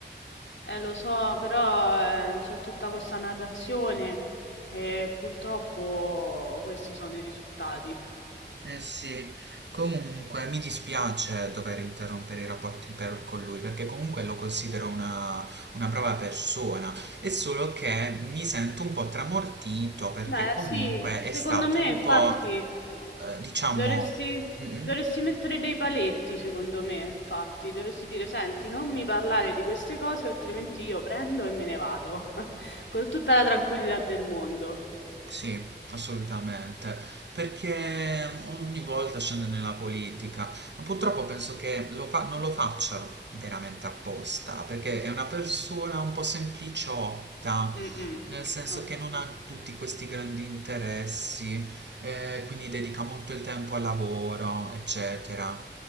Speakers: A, on the left; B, on the right.
A: Eh, lo so, però eh, c'è tutta questa narrazione e purtroppo questi sono i risultati.
B: Eh sì, comunque mi dispiace dover interrompere i rapporti per- con lui perché comunque lo considero una, una brava persona, è solo che mi sento un po' tramortito perché
A: Beh,
B: comunque
A: sì, secondo
B: è stato
A: me,
B: un
A: infatti,
B: po', eh, diciamo,
A: dovresti,
B: mm,
A: dovresti mettere dei paletti, secondo me, infatti, dovresti dire, senti, non mi parlare di queste cose, altrimenti io prendo e me ne vado, <laughs> con tutta la tranquillità del mondo.
B: Sì, assolutamente, perché ogni volta scende nella politica, ma purtroppo penso che lo fa- non lo faccia veramente apposta, perché è una persona un po' sempliciotta,
A: Mm-mm.
B: nel senso
A: Ho
B: che
A: capito.
B: non ha tutti questi grandi interessi, eh, quindi dedica molto il tempo al lavoro, eccetera.